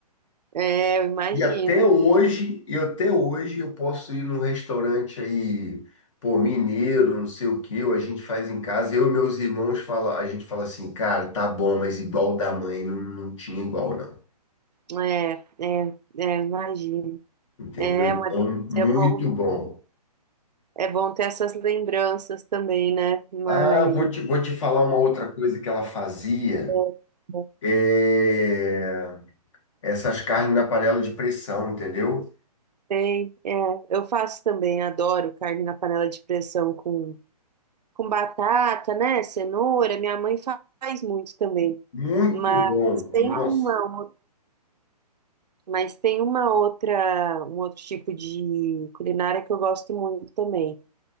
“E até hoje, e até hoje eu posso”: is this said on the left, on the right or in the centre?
Left